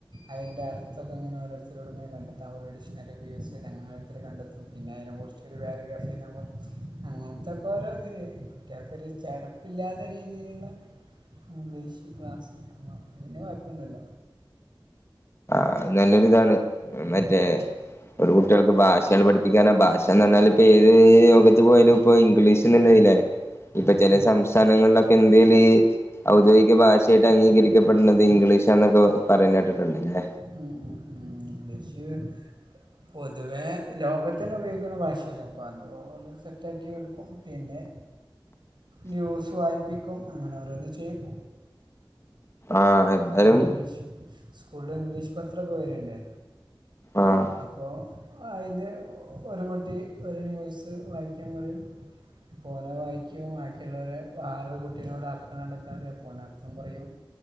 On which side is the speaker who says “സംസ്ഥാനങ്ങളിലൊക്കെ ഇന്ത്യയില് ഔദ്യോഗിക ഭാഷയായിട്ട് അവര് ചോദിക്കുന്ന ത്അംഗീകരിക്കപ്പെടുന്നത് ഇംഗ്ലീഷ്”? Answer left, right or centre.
Left